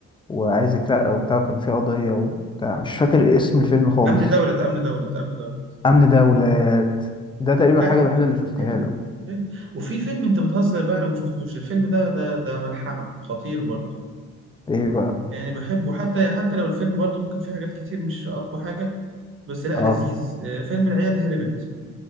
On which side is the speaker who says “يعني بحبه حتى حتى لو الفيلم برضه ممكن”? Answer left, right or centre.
Right